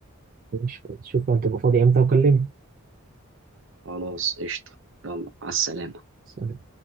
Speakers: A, on the right (about 40°); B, on the right (about 60°).
A: مش- شوف أنت تبقى فاضي إمتى وكلمني
B: خلاص قشطة يلا على السلامة
A: سلام.